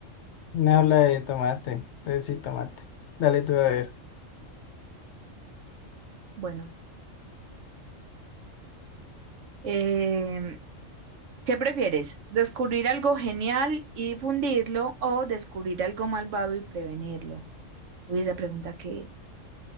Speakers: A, on the left; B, on the right.
A: me habla de tomate. Entonces sí, tomate. Dale tú a ver.
B: Bueno. Em, ¿qué prefieres? ¿Descubrir algo genial y difundirlo o descubrir algo malvado y prevenirlo? Uy, esa pregunta que